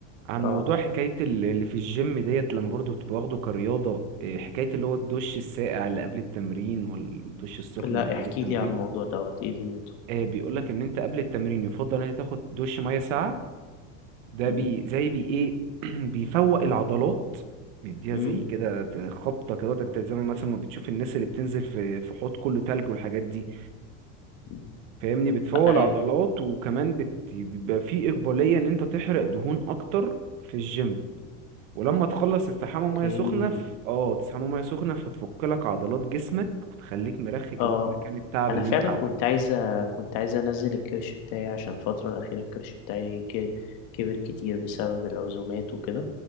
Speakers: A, on the right; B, on the left.
A: عن
B: اه
A: موضوع حكاية ال- اللي في الجيم ديت لما برضو بتبقى واخده كرياضة آه، حكاية اللي هو الدش الساقع اللي قبل التمرين والدش السخن
B: لا
A: اللي بعد
B: احكي
A: التمرين
B: لي على الموضوع دوت ايه دنيته
A: آه، بيقولك ان انت قبل التمرين يفضل ان انت تاخد دش مية ساقعة ده
B: مم.
A: بي زي بي ايه <clears throat> بيفوق العضلات بيديها
B: مم.
A: زي كده خبطة كده انت زي ما مثلا ما بتشوف الناس اللي بتنزل في في حوض كله تلج والحاجات دي
B: مم.
A: فاهمني بتفول
B: ايوه
A: عضلات وكمان بت... بيبقى في إقبالية إن أنت تحرق دهون أكتر في الجيم ولما تخلص تستحمى مية
B: اوكي
A: سخنة ف... اه تستحمى مية سخنة فتفك لك عضلات جسمك وتخليك مرخي كده
B: اه
A: في مكان التعب
B: انا
A: اللي
B: فعلا
A: أنت عملته
B: كنت عايزه كنت عايزه انزل الكرش بتاعي عشان الفتره الاخيره الكرش بتاعي ك- كبر كتير بسبب العزومات وكده